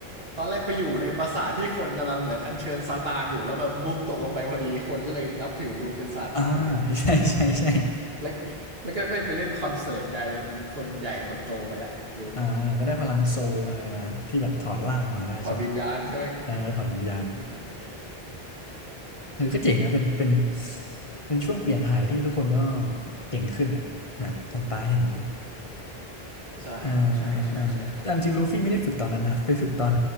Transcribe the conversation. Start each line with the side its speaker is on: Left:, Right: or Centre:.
Right: ตอนแรกไปอยู่ในปราสาทที่คนกำลังเหมือนอัญเชิญซาตานอยู่แล้วแบบบลุ๊กตกลงไปพอดีคนก็เลยนับถือบลุ๊คเป็นซาตานเลย
Left: อ่า <laughs> ใช่ใช่ใช่
Right: แล้วแล้วก็ได้ไปเล่นคอนเสิร์ตกลายเป็นคนใหญ่คนโตไปแล้วบลุ๊ก
Left: <laughs> อ่าก็ได้พลังโซลอะไรมาที่แบบถอดร่างมาได้ใช่ไหม
Right: ถอดวิญญาณใช่ไหม
Left: เออถอดวิญญาณ
Right: อืม
Left: เออก็เจ๋งนะเป็นเป็นเป็นช่วงเปลี่ยนถ่ายที่ทุกคนก็เก่งขึ้นอ่ะแบบอันตาเห็น
Right: ใช่ครับใช่ใช่ใช่
Left: อ่าอ่าอ่าแต่เอาจริงลูฟี่ไม่ได้ฝึกตอนนั้นนะไปฝึกตอน